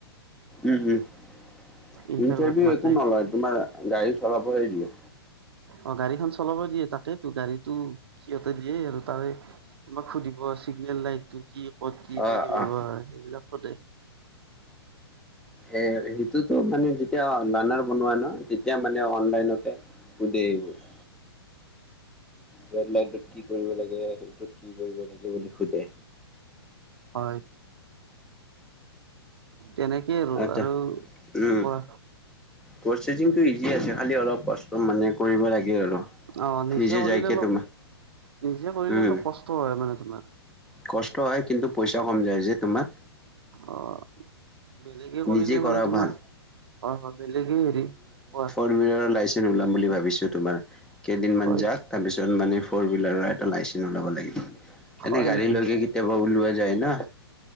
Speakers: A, in the centre; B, on the right.
A: উম উম
B: ইণ্টাৰভিউত
A: ইণ্টাৰভিউ
B: মাতে
A: একো নলয় তোমাৰ গাড়ী চলাব হে দিয়ে
B: অ গাড়ীখন চলাব দিয়ে তাকেইটো গাড়ীটো সিহঁতে দিয়ে আৰু তাৰে তোমাক সুধিব, চিগনেল লাইটটো কি ক'ত কি? কেনেকে
A: অ
B: ব্যৱহাৰ,
A: অ
B: সেইবিলাক সোধে।
A: এ সেইটোতো মানে যেতিয়া লানাৰ বনোৱা ন তেতিয়া মানে অনলাইনতে <unintelligible> ৰেড লাইনটোত কি কৰিব লাগে সেইটোত কি কৰিব লাগে বুলি সোধে
B: হয়। তেনেকে আৰু
A: আচ্ছা
B: আৰু
A: উম।
B: কোৱা
A: প্ৰচেচিংটো ইজি আছে, খালি অলপ কষ্ট মানে কৰিব লাগে আৰু।
B: অ নিজে কৰিলে
A: যাইকে
B: অলপ
A: তোমাৰ
B: নিজে কৰিলে
A: উম
B: অলপ কষ্ট হয় মানে তোমাৰ
A: কষ্ট হয়, কিন্তু পইচা কম যায় যে তোমাৰ।
B: অ বেলেগে
A: নিজে
B: কৰিলে
A: কৰা
B: মানে তোমাৰ
A: ভাল
B: হয় হয়, বেলেগে হেৰি, কোৱা?
A: মইও লাইচেন্ ওলাম বুলি ভাবিছো তোমাৰ কেইদিনমান
B: হয়
A: যাক তাৰপিছত মানে ফৰহুইলাৰৰ এটা লাইচেঞ ওলাব লাগিব।
B: হয়
A: এনেই গাড়ী
B: নেকি
A: লৈকে কেতিয়াবা ওলোৱা যায় ন